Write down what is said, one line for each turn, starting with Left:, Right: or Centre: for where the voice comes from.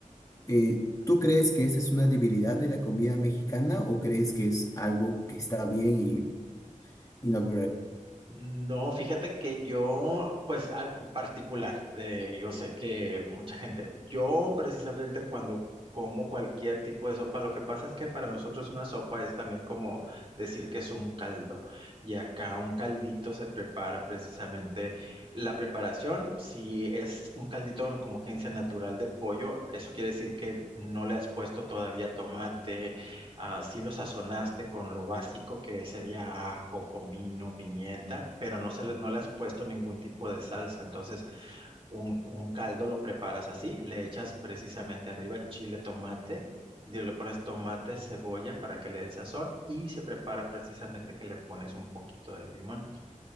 Left: Eh, ¿tú crees que esa es una debilidad de la comida mexicana o crees que es algo que está bien y... y no?
Right: No, fíjate que yo, pues a- en particular, eh, yo sé que mucha gente, yo precisamente cuando como cualquier tipo de sopa, lo que pasa es que para nosotros una sopa es también como decir que es un caldo. Y acá un caldito se prepara precisamente la preparación, si es un caldito como que dice natural de pollo, eso quiere decir que no le has puesto todavía tomate, ah, sí lo sazonaste con lo básico que sería ajo, comino, pimienta, pero no, se le, no le has puesto ningún tipo de salsa. Entonces, un, un caldo lo preparas así, le echas precisamente arriba chile, tomate, y le pones tomate, cebolla para que le dé el sazón y se prepara precisamente que le pones un poquito de limón.